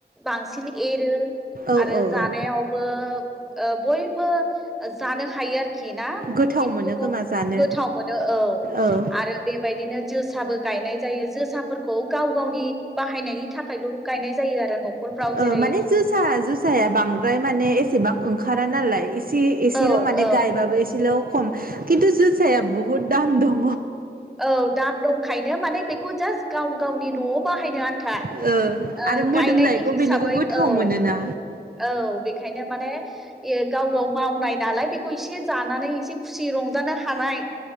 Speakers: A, in the centre; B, on the right.
A: बांसिन एरो
B: औ
A: आरो
B: औ
A: जानायावबो ओ बयबो जानो हायो आरो खि ना
B: गोथाव
A: खिन्थु
B: मोनो खोमा जानो
A: गोथाव मोनो औ
B: औ
A: आरो बेबायदिनो जोसाबो गायनाय जायो जोसाफोरखौ गाव गावनि बाहायनायनि थाखायल गायनाय जायो आरो न'खरफ्राव
B: ओ
A: जेरै
B: माने जोसा जोसाया बांद्राय माने एसेबां ओंखारा नालाय एसे एसेल
A: ओ
B: माने
A: औ
B: गायबाबो एसेल खम खिन्थु जोसाया बुहुद दाम दङ
A: औ दाम दंखायनो माने बेखौ जास्ट गाव गावनि नआव बाहायनो आ न्था
B: ओ
A: ओ
B: आरो मोदोमनायखौ
A: गायनायनि हिसाबै
B: बेनिखौ गोथाव
A: औ
B: मोनोना
A: औ बेखायनो माने इयो गाव गाव मावनाय नालाय बेखौ इसे जानानै एसे खुसि रंजानो हानाय